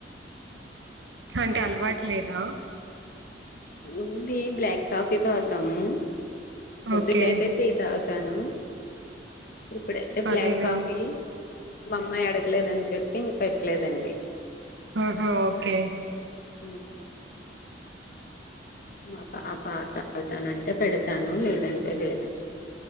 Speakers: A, on the right; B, on the left.
A: అంటే అలవాటు
B: ఇ
A: లేదా
B: ఉంది బ్లాక్ కాఫీ తాతాము ఒద్దు
A: ఓకే
B: టైతే టీ తాగుతాను ఇప్పుడైతే బ్లాక్
A: అదేలేండి
B: కాఫీ మా అమ్మాయి అడగలేదని చెప్పి ఇంక పెట్టలేదండి
A: ఆహా ఓకే
B: హ్మ్. మా పాప తాగుతానంటే పెడతాను లేదంటే లేదండి